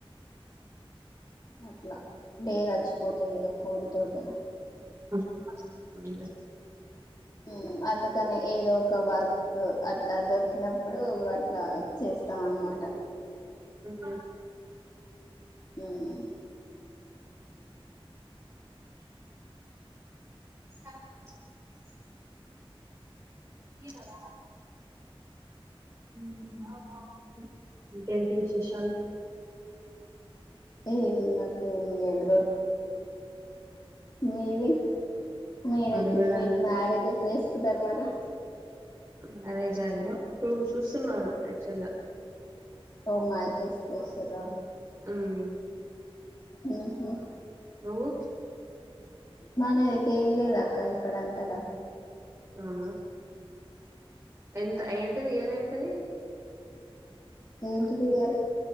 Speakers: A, on the left; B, on the right.
A: అట్లా డే గడిచిపోతుంది ఇక ఫోన్ తోటే
B: <inaudible>
A: మ్ అందుకనే ఏదో ఒక వర్క్ లో అట్లా దొరికిన ఇప్పుడు ఈ ఇట్లా చేస్తాం అన్నమాట
B: ఉహు
A: ఉమ్మ్
B: <inaudible> ఇ దనా మ్ అవునవును ఇంకేంటి విశేషాలు
A: ఏ ముంది అక్క ఎం లేదు మీవి మీరెప్పుడు
B: అది కూడా
A: మీ
B: అంతే
A: మ్యారేజ్ ప్లేస్ ధారు మరి
B: మ్యారేజ్ ఆయన చూడు చూస్తున్నారు యాక్చువల్ గా
A: ఓ మ్యాచస్ చూస్తరా
B: ఉమ్
A: ఉహు
B: నువ్వు
A: మనదైతే ఏం లేదు అక్క ఇక్కడంతలా
B: అవునా ఎంత ఏంటిది ఇయర్ ఏంటిది
A: ఏంటి నీ ఇయర్